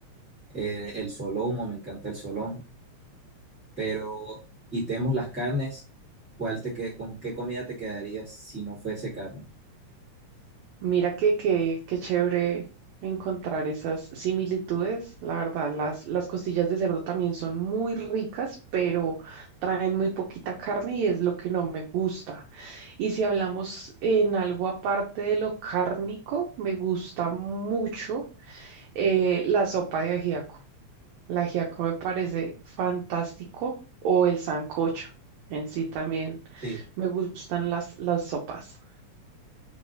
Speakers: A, in the centre; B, on the right (about 75°).
A: eh, el solomo, me encanta el solomo. pero quitemos las carnes, ¿cuál te que, con qué comida te quedarías si no fuese carne?
B: Mira que, que, qué chévere encontrar esas similitudes. La verdad, las, las costillas de cerdo también son muy ricas, pero traen muy poquita carne y es lo que no me gusta. Y si hablamos en algo aparte de lo cárnico, me gusta mucho eh, la sopa de ajiaco. El ajiaco me parece fantástico o el sancocho en sí también.
A: Sí,
B: Me gustan las, las sopas.